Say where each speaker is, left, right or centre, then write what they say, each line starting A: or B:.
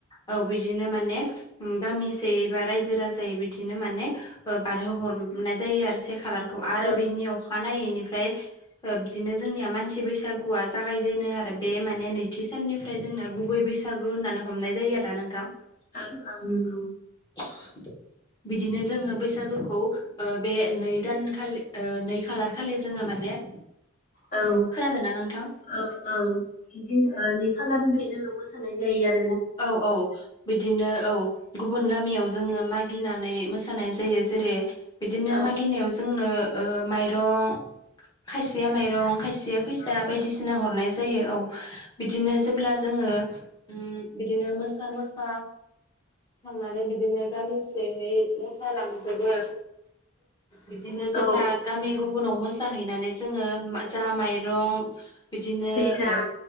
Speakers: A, on the left; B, on the left.
A: औ बिदिनो माने गामिसेयै बा रायजो राजायै बिदिनो माने बारहोहर हरनाय जायो आरो से खालारखौ आरो
B: ओं
A: बिनि अखानायैनिफ्राय बिदिनो जोंनिया मानसि बैसागुआ जागायजेनो आरो बे माने नैथि साननिफ्राय जोंना गुबै बैसागु होननानै हमनाय जायो आरो ना नोंथां।
B: <unintelligible> नोंगौ
A: <unintelligible> बिदिनो जोङो बैसागुखौ ओ बे नै दान खालि ओ नै खालार खालि जोङो माने
B: औ
A: खोनादोंना नोंथां
B: औ औ बिदिन ओ नै खालारनिफ्राय जोङो मोसा जायो आरो
A: औ औ बिदिनो औ गुबुन गामियाव जोङो मागिनानै मोसानाय जायो जेरै बिदिनो
B: औ
A: मागिनायाव जोंनो माइरं खायसेया
B: फैसा
A: माइरं खायसेया फैसा
B: औ
A: बायदिसिना हरनाय जायो औ बिदिनो जेब्ला जोङो उम बिदिनो मोसा मोसा थांनानै बिदिनो गामिसेयै मोसालांजोबो बिदिनो जेब्ला
B: औ
A: गामि गुबुनाव मोसे जाहैनानै जोङो जा माइरं बिदिनो
B: फैसा
A: ओ